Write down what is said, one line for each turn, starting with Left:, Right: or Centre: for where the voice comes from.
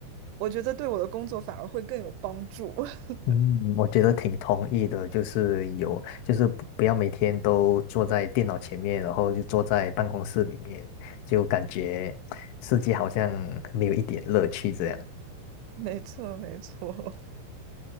Right: 我觉得对我的工作反而会更有帮助。<laughs>
Left: 嗯，我觉得挺同意的，就是有就是不不要每天都坐在电脑前面，然后就坐在办公室里面，就感觉世界好像没有一点乐趣这样。
Right: 没错，没错。